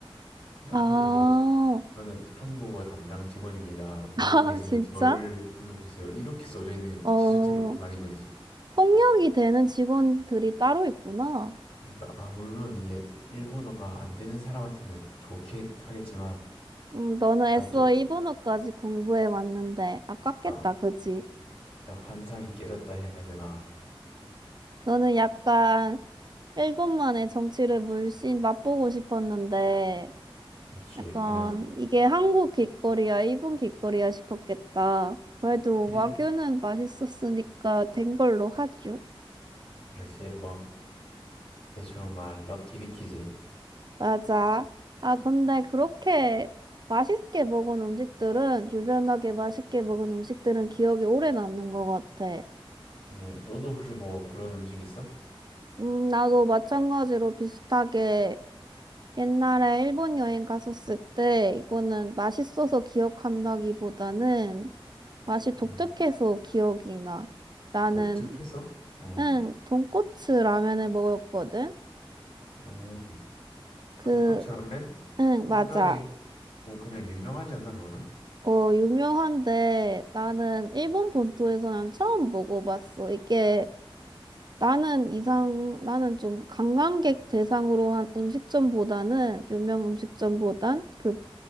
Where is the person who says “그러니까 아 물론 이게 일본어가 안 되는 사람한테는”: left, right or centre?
Left